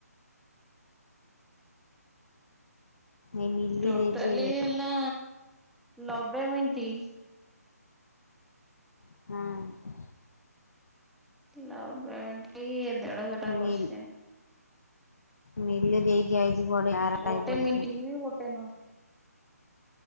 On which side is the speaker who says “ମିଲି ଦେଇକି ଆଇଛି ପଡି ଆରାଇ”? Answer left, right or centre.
Left